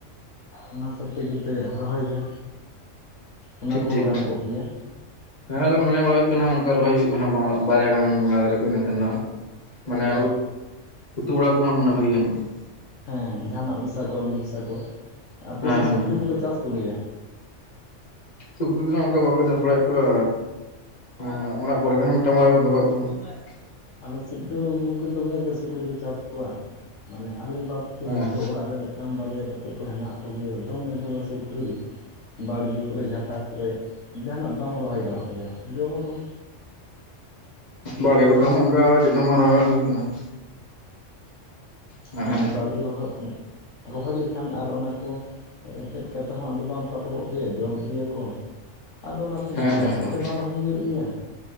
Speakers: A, on the left; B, on the left.
A: ᱚᱱᱟ ᱥᱚᱛᱮ ᱜᱮᱯᱮ ᱨᱚᱦᱚᱭᱟ ᱚᱱᱟ
B: ᱴᱷᱤᱠ
A: ᱠᱚᱦᱚᱸ
B: ᱴᱷᱤᱠ
A: ᱜᱟᱱ ᱠᱚᱜ ᱜᱮᱭᱟ᱾
B: ᱦᱮᱸ ᱟᱫᱚᱢ ᱢᱚᱱᱮ ᱵᱟᱲᱟ ᱦᱩᱭᱩᱜ ᱠᱟᱱᱟ ᱚᱱᱠᱟ ᱨᱚᱦᱚᱭ ᱦᱩᱭᱩᱜᱼᱟ ᱵᱟᱨᱭᱟ ᱜᱟᱱ ᱵᱮᱸᱜᱟᱲ ᱫᱟᱨᱮ ᱠᱚ ᱮᱱᱟᱠᱷᱟᱱ ᱫᱚ ᱦᱟᱸᱜ ᱢᱟᱱᱮ
A: ᱟᱨ
B: ᱩᱛᱩ ᱵᱟᱲᱟ ᱠᱚᱦᱚᱸ ᱢᱟᱱᱮ ᱵᱷᱟᱹᱜᱤ ᱜᱟᱱᱚᱜᱼᱟ ᱾
A: ᱦᱮᱸ ᱡᱟᱦᱟᱱᱟᱜ ᱢᱮᱥᱟ ᱠᱚ ᱟᱹᱞᱩ ᱢᱮᱥᱟ ᱠᱚ, ᱟᱯᱮᱥᱮᱡ
B: ᱦᱮᱸ ᱦᱮᱸ
A: ᱥᱩᱠᱨᱤ
B: ᱦᱮᱸ
A: ᱠᱚᱯᱮ ᱪᱟᱥ ᱠᱚᱜᱮᱭᱟ?
B: ᱥᱩᱠᱨᱤ ᱫᱚᱦᱟᱸᱜ ᱚᱱᱠᱟ ᱵᱟᱠᱚ ᱪᱟᱥ ᱵᱟᱲᱟᱭᱮᱜ ᱠᱚᱣᱟ ᱮᱸ ᱚᱲᱟᱜ ᱠᱚᱨᱮ ᱜᱮᱸᱦᱟᱜ ᱢᱤᱫᱴᱟᱝ ᱵᱟᱨᱭᱟ ᱠᱚ ᱫᱚᱦᱚᱭᱮᱜ ᱠᱚᱣᱟ ᱾ <unintelligible>
A: ᱟᱞᱮ ᱥᱮᱡ ᱫᱚ ᱜᱚᱝᱠᱮ ᱫᱚᱢᱮᱜᱮ ᱥᱩᱠᱨᱤ ᱠᱮ ᱪᱟᱥ ᱠᱚᱣᱟ ᱢᱟᱱᱮ ᱟᱞᱮ ᱵᱟᱫᱽ ᱛᱚ
B: ᱦᱮᱸ
A: ᱡᱚᱛᱚ ᱚᱲᱟᱜ ᱨᱮ ᱢᱤᱫᱴᱟᱝ ᱵᱟᱨᱭᱟ ᱠᱟᱛᱮᱜ ᱠᱚ ᱦᱮᱱᱟᱜ ᱠᱚᱜᱮ ᱫᱚᱢᱮ ᱫᱚᱢᱮ ᱥᱩᱠᱨᱤ ᱾ ᱵᱟᱲᱜᱮ ᱠᱚᱨᱮ ᱡᱷᱟᱴᱟ ᱠᱚᱨᱮ ᱡᱟᱦᱟᱱᱟᱜ ᱵᱟᱝ ᱨᱚᱦᱚᱭ ᱜᱟᱱᱚᱜ ᱜᱮᱭᱟ ᱡᱚᱢᱟᱠᱚ ᱾
B: ᱵᱟᱲᱜᱮ ᱠᱚᱨᱮ ᱚᱱᱮ ᱚᱱᱠᱟ ᱪᱮᱫ ᱦᱚ ᱵᱟᱝ ᱨᱚᱦᱚᱭ ᱵᱟᱲᱟ ᱦᱩᱭ ᱠᱟᱱᱟ ᱾ ᱦᱮᱸ
A: ᱢᱟᱱᱮ
B: ᱦᱮᱸ
A: ᱵᱟᱲᱜᱮ ᱨᱚᱦᱚᱭ ᱨᱚᱦᱚᱭ ᱞᱮᱠᱷᱟᱱ ᱟᱨ ᱚᱱᱟ ᱠᱚ ᱮᱴᱮᱫ ᱠᱟᱛᱮ ᱦᱚᱸ ᱟᱫᱚ ᱵᱟᱝᱠᱚ ᱟᱴᱚᱠᱚᱜ ᱜᱮᱭᱟ ᱡᱚᱢ ᱤᱫᱤᱭᱟᱠᱚ ᱾ ᱟᱫᱚ ᱚᱱᱟᱛᱮ
B: ᱦᱮᱸ
A: ᱵᱮᱡᱟᱨ
B: ᱦᱮᱸ
A: ᱠᱚᱛᱮ ᱵᱟᱝ ᱨᱚᱦᱚᱭ ᱦᱩᱭᱩᱜ ᱜᱮᱭᱟ